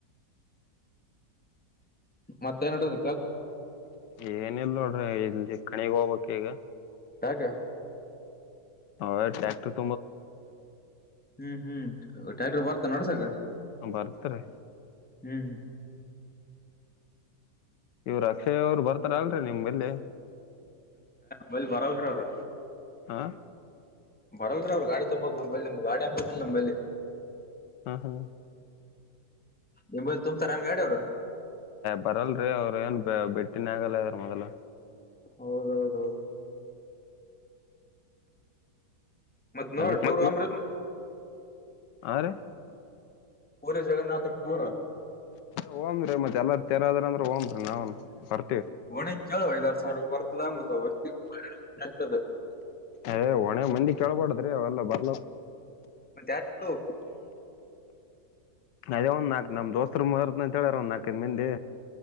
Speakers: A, in the centre; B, on the left (about 85°).
A: ಮತ್ತೆ ನ್ಡೋದ
B: ಏನ ಇಲ್ ನೋಡ್ರಿ ಇಲ್ಲಿ ಕಣಿಗ್ ಹೋಗ್ಬಕ್ ಈಗ
A: ಯಾಕೆ
B: ಅವೇ <unintelligible>
A: ಹ್ಮ್ ಹ್ಮ್ ಟ್ಯಾಕ್ಟರ್ ಬರ್ತಾ ನಡ್ಸಕ
B: ಹ ಬರ್ತರಿ
A: ಹ್ಮ್
B: ಇವ್ರು ಅಕ್ಷಯ ಅವರು ಬರ್ತಾರ ಅಲ್ರರಿ ನಿಮ್ ಮಲ್ಲಿ
A: ಮಲ್ ಬರಲ್ ಅವ್ರರು
B: ಹ
A: ಬರಲ್ ಅವ್ ಗಾಡಿ ತೊಂಬೋ ನಲ್ಲಿ ನಮ್ ಗಾಡಿ ಹಂಬಬ ನಂಬಲ್ಲಿ
B: ಹಾ ಹಾ
A: ನಿ ತುಂಬ್ ತರ ಹಂಗಾದ್ರೆ ಅವ್ರು
B: ಬರಲ್ರರಿ ಅವ್ರ ಏನ್ ಬೆಟ್ಟಿನ ಆಗಲ್ಲ ಅ್ರ ಮೊದಲ
A: ಹೌದೌದೌದು ಮತ್ ನೋಡ್
B: ಅದಕ್ಕೆ
A: ಟೂರ್ ಹೋಗಂಬ್ರಿ
B: ಆರ
A: ಪೂರೇ ಜಗನಾಥಕ್ ಟೂರ್
B: ಹಓಮ್ ಮತ್ತತ್ ಎಲ್ಲ ತೇರದ್ರ ಅ್ರ ಹೋಗ್ ನಾನ್ ಬರ್ತ
A: ಹೋಗೋಣ ಕೆೇಳೋ ಐದಾರು ಸಾವಿ ಬರ್ತದ ಆ ಮಗ್ತದೆ
B: ಅಯ ಒಣೆ ಮಂದಿ ಕೇಳ್ಬಡದ್ರಿ ಅವೆಲ್ಲ ಬರ್ಲ
A: <unintelligible>
B: ಅದೇ ಒಂದ್ ನಾಕ ನಮ್ ದೋಸ್ತರು ಮದ ಅಂತ ಹೇಳಾರ ಒಂದ್ ನಾಲ್ಕೈದ ಮಂದಿ